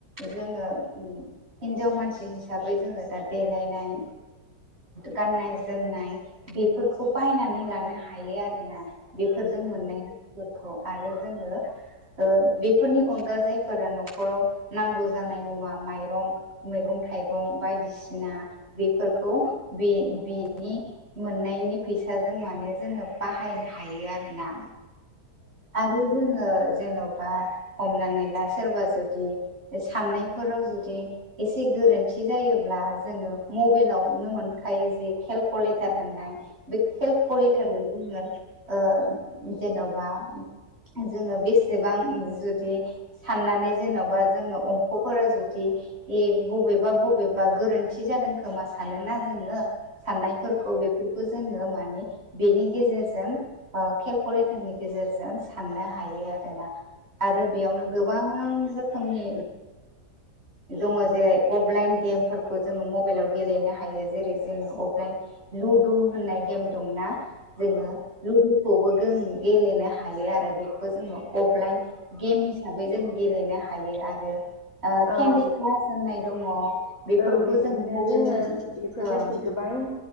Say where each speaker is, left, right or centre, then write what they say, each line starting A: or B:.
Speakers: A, on the right; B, on the left.
A: जोङो हिजाव मानसि हिसाबै जोङो दा देलायनाय गाननाय जोमनाय बेफोरखौ बायनानै लानो हायो आरोना बेफोरजों मोननाय फोरखौ आरो जोङो ओ बेफोरनि अनगा जायफोरा न'खराव नांगौ जानाय मुवा। माइरं मैगं थाइगं बायदिसिना बेफोर खौ बे बेनि मोननायनि फैसाजों माने जोङो बाहायनो हायो आ रोना आरो जोङो। जेन'बा हमनानै ला सोरबा जुदि साननायफोराव जुदि एसे गो गोरोन्थि जायोब्ला जोङो मबाइलावनो मोनखायो जे केलकुलेटार होननाय। बे खेलकलेटारजों जोङो ओ जेन'बा। जोङो बेसेबां जुदि साननानै जेन'बा जोंङो अंखफोर जु दि ए बबेबा बबेबा गोरोन्थि जादों खोमा सानोना जोङो। साननायफोरखौ बेफोरखौ जोङो माने बेनि गेजेरजों केलकुलेटारनि गेजेरजों साननो हायो आरोना। आरो बेयावनो गोबां रोखोमनि दङ जेरै अफलाइन गेमफोरखौ जोङो मबाइलाव गेलेनो हायो जेरै जोङो अफलाइन लुदु होननाय गेम दं ना? जोङो लुदुखौबो जों गेलेनो हायो आरो बेखौ जोङो अफलाइन गेम हिसाबै जों गेलेनो हायो आरो केन्दि
B: औ
A: क्लास होननाय दङ। बेफोरखौ
B: औ बिदिनो
A: जों मबाइलनि
B: जोङो बेफोरबायदि
A: ओं
B: गोबां